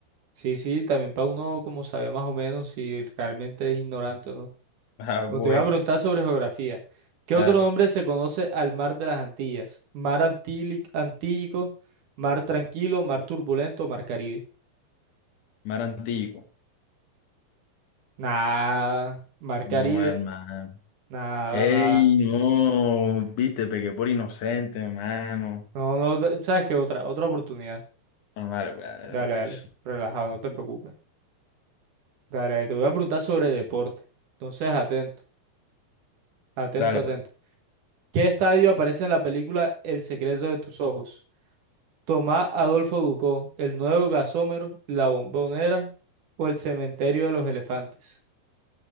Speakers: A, on the right; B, on the left.
A: Sí, sí, también para uno como sabe más o menos si realmente es ignorante o no.
B: <laughs> Ah,
A: Pero
B: pues.
A: te voy a preguntar sobre geografía. ¿Qué
B: Dale,
A: otro nombre
B: pues.
A: se conoce al mar de las Antillas? Mar Antíli- Antílico, mar tranquilo, mar turbulento, mar Caribe.
B: Mar Antiguo.
A: Nada, mar
B: No,
A: Caribe,
B: hermano.
A: nada,
B: Ey,
A: nada.
B: no. Viste, pequé por inocente, hermano.
A: No, no, da- ¿sabes qué? Otra, otra oportunidad.
B: Bueno, dale, pues, dale,
A: Dale,
B: dale, pues.
A: dale, relajado, no te preocupes. Dale, te voy a preguntar sobre deporte. Entonces, atento, atento,
B: Dale,
A: atento.
B: pues.
A: ¿Qué estadio aparece en la película El secreto de tus ojos? Tomás Adolfo Ducó, el nuevo gasómero, la bombonera o el cementerio de los elefantes.